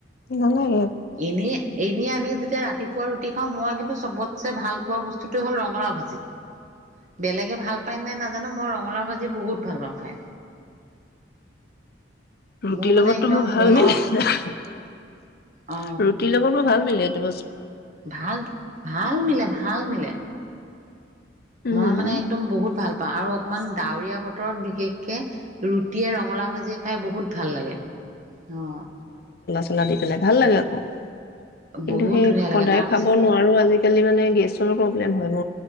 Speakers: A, on the left (about 55°); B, on the right (about 40°).
A: নালাগে
B: ইনেয়ে এনেই আমি যেতিয়া ৰাতিপুৱা ৰুটি খাওঁ মই কিন্তু চবতছে ভাল পোৱা বস্তুতে হ'ল ৰঙালাও ভাজি বেলেগে ভাল পাই নাজানো মই ৰঙলা ভাজি এ বহুত ভাল পাওঁ খাই
A: ৰুটিৰ
B: মোৰ মানে
A: লগতো
B: একদম
A: মোৰ ভাল
B: মনৰ
A: মিলে ৰুটিৰ
B: অ
A: লগত মোৰ ভাল মিলে দ
B: ভাল ভাল মিলে ভাল মিলে
A: উম।
B: মই মানে একদম বহুত ভাল পাওঁ আৰু অকমান ডাৱৰীয়া বতৰত বিশেষকে ৰু ৰঙালাও ভাজি খাই বহুত ভাল লাগে অ
A: খেলা দি পেলাই ভাল লাগে আকৌ কিন্তু
B: বহুত
A: সেই
B: ধুনীয়া
A: সদায়
B: লাগে তাৰপিছত
A: খাব নোৱাৰো আজিকালি মানে গেছৰ হয় মোৰো